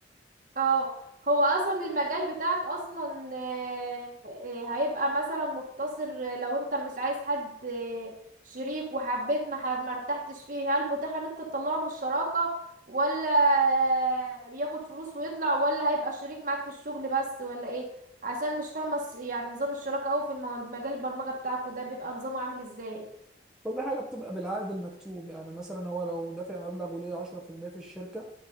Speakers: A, on the right; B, in the centre.
A: اه هو اصلا المجال بتاعك اصلا آه، آه، هيبقى مثلا مقتصر آه، لو انت مش عايز حد آه، شريك وحبيت ما ح- ما ارتحتش فيه هل متاح ان انت تطلعه من الشراكة ولا آه، بياخد فلوس ويطلع ولا هيبقى شريك معاك في الشغل بس ولا ايه عشان مش فاهمة الس- يعني نظام الشراكة اوي في الم- مجال البرمجة بتاعك وده بيبقى نظامه عامل ازاي
B: كل حاجه بتبقى بالعقد المكتوب يعني مثلا هو لو دافع مبلغ وليه 10% في المية في الشركه